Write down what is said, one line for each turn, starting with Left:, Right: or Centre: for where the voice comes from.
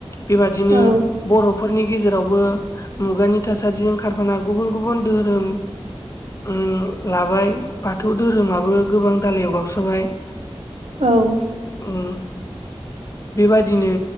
Left: बेबादिनो
Right: औ औ औ
Left: बर' फोरनि गेजेरावबो मुगानि थासारिजों खारफाना गुबुन गुबुन धोहोरोम उम लाबाय। बाथौ धोरोमाबो गोबां दालायाव गावस्राबाय।
Right: औ
Left: उहम। बेबादिनो